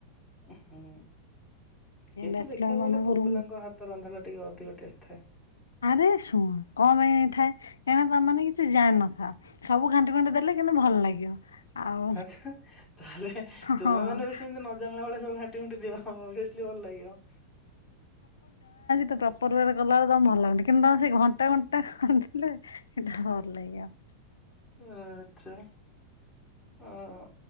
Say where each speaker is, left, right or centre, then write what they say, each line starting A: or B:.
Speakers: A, on the left; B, on the left.
A: ଉଁ ହୁଁ, କିନ୍ତୁ
B: ବ୍ୟାଚଲର
A: ଦେଖିବାକୁ
B: ମାନଙ୍କ
A: ଗଲେ ପୁଅ
B: ରୁମ
A: ପିଲାଙ୍କ ହାତ ରନ୍ଧା ଟିକେ ଅଧିକ ଟେଷ୍ଟ ଥାଏ।
B: ଆରେ ଶୁଣ କମ ହେଇନଥାଏ କାହିଁକି ତମାନୋନେ କିଛି ଜାଣିିନଥା ସବୁ ଘାଣ୍ଟି ଘୁଣ୍ଟି ଦେଲେ କିନ୍ତୁ ଭଲ ଲାଗିବ। ଆଉ
A: ଆଛା ତାହେଲେ ତୁମେ
B: ହଁ।
A: ମାନେ ବି ସେମତି ନ ଜାଣିଲା ଭଳିଆ ସବୁ ଘାଣ୍ଟି ଘୁଣ୍ଟି ଦିଅ ହଁ ଅଭିସଲ୍ଲୀ ଭଲ ଲାଗିବ।
B: ତ୍ ପରିବାର ଗଲାବେଳେ ତାଙ୍କୁ ଭଲ ଲାଗୁନି କିନ୍ତୁ ତାଙ୍କର ସେ ଘଣ୍ଟେ ଘଣ୍ଟେ କରିଥିଲେ। ସେଇଟା ହଁ। <unintelligible>
A: ଆ ଆଛା। ହଁ।